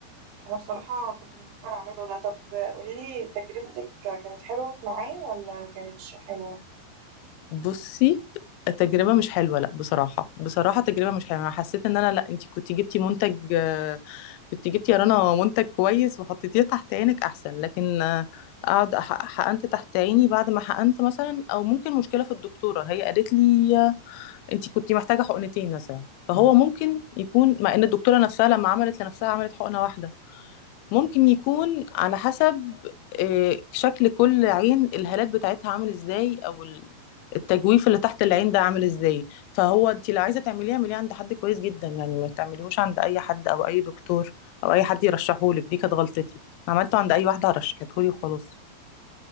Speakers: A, on the right; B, on the left.
A: انا بصراحه كنت بفكر اعمله ده طب قولي لي تجربتك كانت حلوه معايا ولا كانتش حلوه
B: بصي التجربة مش حلوة لا بصراحة بصراحة تجربة مش حلوة أنا حسيت إن أنا لا أنت كنت جبتي منتج آه، كنت جبتي يا رنا منتج كويس وحطيتيه تحت عينك أحسن لكن آه، أقعد أحقق- حقنت تحت عيني بعد ما حقنت مثلا أو ممكن مشكلة في الدكتورة هي قالت لي آه، أنت كنت محتاجة حقنتين مثلا فهو ممكن يكون مع إن الدكتورة نفسها لما عملت لنفسها عملت حقنة واحدة ممكن يكون على حسب آه، شكل كل عين الهالات بتاعتها عامل ازاي او ال- التجويف اللي تحت العين ده عامل ازاي فهو انت لو عايزه تعمليه اعمليه عند حد كويس جدا يعني ما تعمليهوش عند اي حد او اي دكتور او اي حد يرشحهولك دي كانت غلطتي عملته عند اي واحده رشحتهولي وخلاص